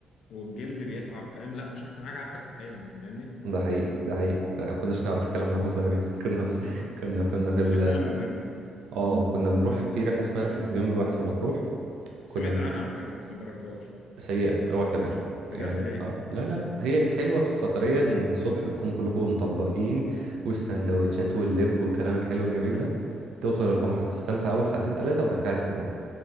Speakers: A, on the left (about 70°); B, on the right (about 80°).
A: والجلد بيتعب فاهم لا مش احسن حاجة حتى صحيا انت فاهمني
B: ده حقيقي ده حقيقي ده ما كناش نعرف الكلام ده واحنا صغيرين <laughs> كنا
A: <laughs>
B: كنا كنا في ال
A: عرفناها لما كبرنا
B: اه كنا بنروح في رحلة اسمها رحلة اليوم الواحد في مطروح
A: سمعت
B: كنا بن...
A: عنها على فكرة بس ما جربتهاش
B: سيئة اوعى تعملها
A: بجد
B: يعني
A: ليه
B: آه، لا لا لا هي حلوة في السفرية ان الصبح بتكون كلكم مطبقين والسندوتشات واللب والكلام الحلو الجميل ده توصل البحر هتستمتع اول ساعتين ثلاثة وبعد كده عايز تنام